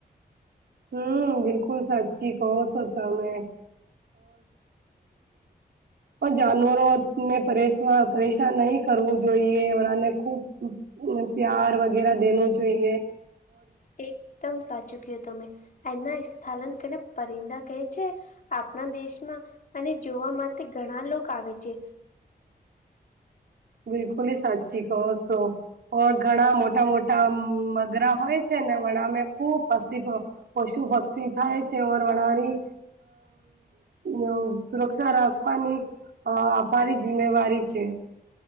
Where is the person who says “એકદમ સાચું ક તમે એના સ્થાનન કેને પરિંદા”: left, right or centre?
Left